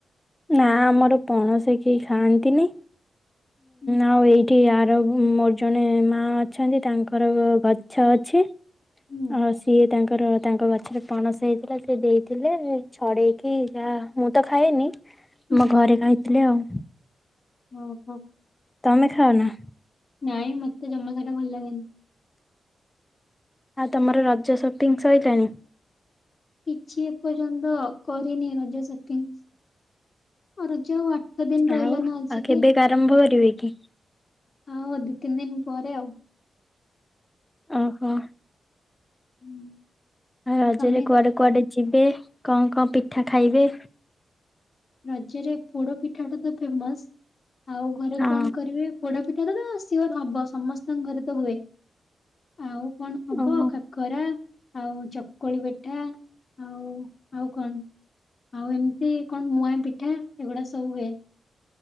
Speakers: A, on the left; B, on the left.
A: ନା ଆମର ପଣସ କେହି ଖାଆନ୍ତିନି
B: ହୁଁ।
A: ଆଉ ଏଇ ଏଠି ଆର ମୋର ଜଣେ ମା ଅଛନ୍ତି ତାଙ୍କର ଗଛ ଅଛି।
B: ହୁଁ।
A: ଆ ସିଏ ତାଙ୍କର ତାଙ୍କ ଗଛରେ ପଣସ ହେଇଥିଲା ସେ ଦେଇଥିଲେ ଛଡେଇକି ଯାହା ମୁଁ ତ ଖାଏନି
B: ହୁଁ
A: ମୋ ଘରେ ଖାଇଥିଲେ ଆଉ
B: ଓହୋ।
A: ତମେ ଖାଅ ନା?
B: ନାଇଁ ମତେ ଜମା ସେଇଟା ଭଲ ଲାଗେନି।
A: ହଁ ତମର ରଜ ସୁଟିଂ ସଇଲାଣି?
B: କିଛି ଏ ପର୍ଯ୍ୟନ୍ତ କରିନି ରଜ ସପିଂ ରଜ ଆଠ ଦିନ ରହିଲା
A: ଆଉ
B: ନା ଆଜିକି
A: ଆଉ କେବେକା ଆରମ୍ଭ କରିବେ କି?
B: ଆଉ ଦି ତିନି ଦିନ ପରେ ଆଉ
A: ଓହୋ।
B: ହୁଁ।
A: ଆଉ ରଜରେ
B: ତମେ
A: କୁଆଡେ କୁଆଡେ ଯିବେ? କଣ କଣ ପିଠା ଖାଇବେ?
B: ରଜରେ ପୋଡ ପିଠା ଟା ତ ଫେମସ ଆଉ ଘରେ
A: ହଁ
B: କଣ କରିବେ ପୋଡ ପି ଏଟାତ ସିଓର୍‌ ହବ ସମସ୍ତଙ୍କ ଘରେ ତ ହୁଏ। ଆଉ କଣ ହବ
A: ଓହୋ
B: କାକରା ଆଉ ଚକୁଳି ପିଠା ଆଉ ଆଉ କଣ ଆଉ ଏମିତି କଣ ମୁୂଆଁ ପିଠା ଏଗୁଡା ସବୁ ହୁଏ।